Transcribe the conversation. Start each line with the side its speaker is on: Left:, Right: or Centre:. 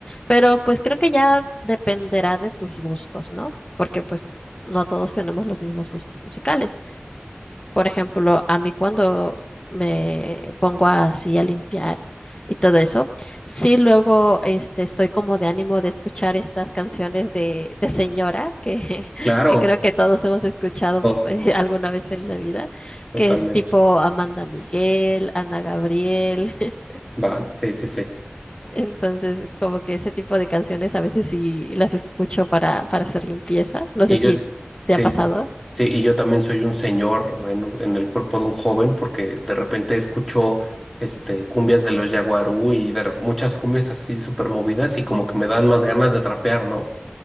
Left: pero pues creo que ya dependerá de tus gustos, ¿no? Porque pues no todos tenemos los mismos gustos musicales. Por ejemplo, a mí cuando me pongo así a limpiar y todo eso, sí luego este, estoy como de ánimo de escuchar estas canciones de, de señora que, <laughs>
Centre: Claro.
Left: que creo que todos hemos escuchado
Centre: Todos,
Left: eh, <laughs> alguna vez en la vida,
Centre: totalmente.
Left: que es tipo Amanda Miguel, Ana Gabriel. <laughs>
Centre: Va, sí, sí, sí.
Left: Entonces, como que ese tipo de canciones a veces sí las escucho para, para hacer limpieza. No
Centre: Y
Left: sé si
Centre: yo,
Left: te
Centre: sí.
Left: ha pasado. <laughs>
Centre: Sí, y yo también soy un señor en, un- en el cuerpo de un joven porque de repente escucho este, cumbias de los Yaguarú y de re- muchas cumbias así súper movidas y como que me dan más ganas de trapear, ¿no?